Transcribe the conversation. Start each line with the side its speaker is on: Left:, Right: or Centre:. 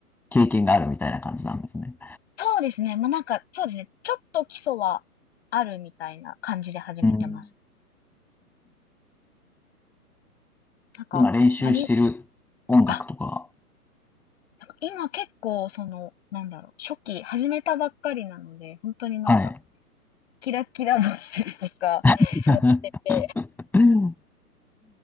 Centre: 経験があるみたいな感じなんですね。
Left: そうですね。まあ、なんか、そうですね。ちょっと基礎はあるみたいな感じで始めてます。
Centre: うん。
Left: なんか、
Centre: 今練習してる音楽とかが。
Left: マリン、あ、なんか今結構、その、なんだろう、初期始めたばっかりなので、本当になんか、
Centre: はい。
Left: キラキラ星とかやってて
Centre: <laughs>